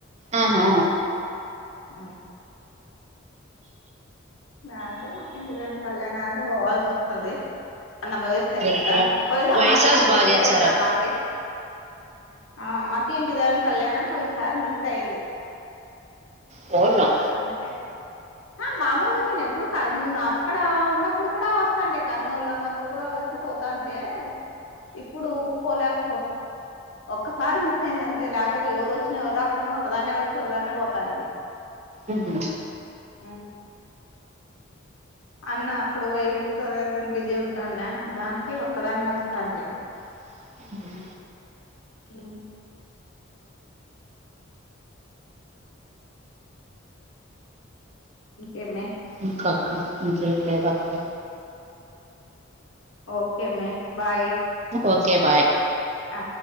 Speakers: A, on the right; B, on the left.
A: ఆహా
B: ఆ దానికే మాకు ఇంటి దేవుని కళ్యాణానికి పోవాల్సి వస్తది మొన్న పోయి వస్తీమి
A: రేపు
B: కదా పోయిన సంవత్సరం
A: వైసాస్ బాగా
B: మిస్
A: చేస్తారు
B: అయ్యిందిరా
A: అక్క
B: మాకి ఆ మాకి ఇంటి దేవుని కళ్యాణం పోయినసారి మిస్ అయింది
A: పోదాం
B: అందుకే హా మామూలుగా నేను ఎప్పుడు కర్ అక్కడ ఉన్నప్పుడు కూడా వస్తా అంటే కర్నూలులో ఉన్నప్పుడు కూడా వచ్చి పోతా అంటే ఇప్పుడు పోలేక పో ఒక్కసారి మిస్ అయింది అంతే లేకపోతే ఎవరు వచ్చినా ఎవరు రాకపోయినా ఒకదాన్నే వచ్చి ఒకదాన్నే పోతాంటి
A: ఉహు
B: హ్మ్. అన్న అప్పుడు వెయిర్ ఏదనా బిజీ ఉంటాన్న దానికే ఒక్కదాన్నే వస్తాంటి
A: ఉ
B: ఉ ఇంకేం ఏ
A: ఇంకా అక్క ఇంకేం లేదా అక్క
B: ఓకే మే బాయ్
A: ఓకే బాయ్
B: ఆ